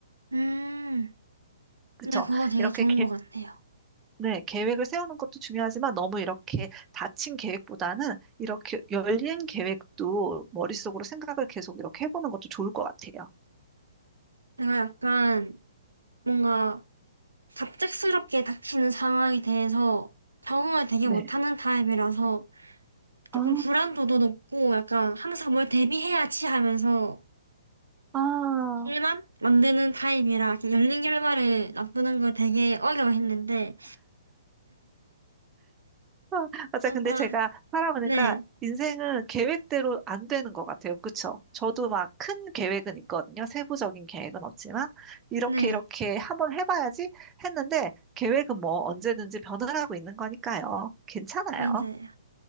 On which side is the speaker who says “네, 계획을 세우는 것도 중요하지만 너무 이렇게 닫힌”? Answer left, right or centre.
Right